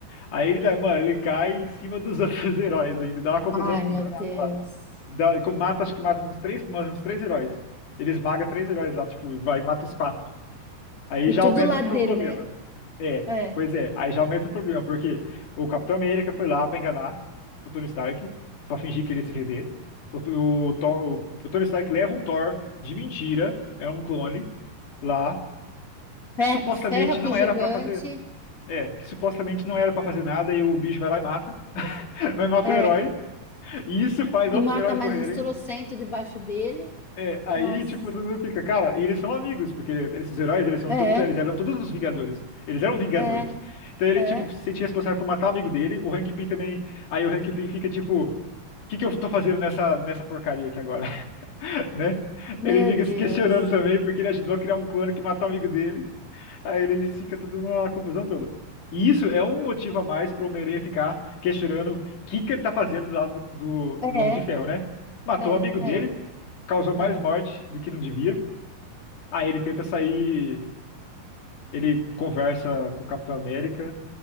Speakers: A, on the left (about 60°); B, on the left (about 25°).
A: Aí ele dá, mano, ele cai em cima dos <laughs> outros heróis ainda, dá uma confusão
B: Ai, meu
A: danada
B: Deus.
A: lá. Dá, mata, acho que mata uns três, mas uns três heróis. Ele esmaga três heróis lá, tipo, e vai e mata os quatro. Aí
B: E
A: já
B: tudo
A: aumenta
B: lá
A: o
B: dele,
A: pro- problema.
B: né?
A: É,
B: É.
A: pois é. Aí já aumenta o problema, porque o Capitão América foi lá pra enganar o Tony Stark, pra fingir que ele ia se render. O, o, Thor- o Tony Stark leva um Thor de mentira, é um clone, lá,
B: Fe-
A: que supostamente
B: Ferra com
A: não
B: o gigante,
A: era pra fazer. É, que supostamente não era pra fazer nada e o bicho vai lá e mata. <laughs> Vai matar
B: é.
A: o herói. E isso faz
B: E
A: outros
B: mata
A: heróis
B: mais
A: morrerem.
B: uns trocentos debaixo dele.
A: É, aí,
B: Nossa.
A: tipo, todo mundo fica, cara, e eles são amigos, porque esses heróis, eles são
B: É,
A: todos, eles eram todos os Vingadores. Eles eram Vingadores.
B: é,
A: Então ele,
B: é.
A: tipo, se sentia responsável por matar o amigo dele, o Hank Pym também. Aí o Hank Pym fica, tipo, o que que eu tô fazendo nessa, nessa porcaria aqui agora, <laughs> né?
B: Meu
A: Ele fica
B: Deus.
A: se questionando também, porque ele ajudou a criar um clone que matou o amigo dele. Aí ele fica tudo numa confusão toda. E isso é um motivo a mais pro Homem-Aranha ficar questionando o que que ele tá fazendo do lado do, do,
B: É,
A: do Homem de Ferro, né? Matou
B: é,
A: o amigo
B: é,
A: dele, causou mais
B: é.
A: morte do que não devia. Aí ele tenta sair, ele conversa com o Capitão América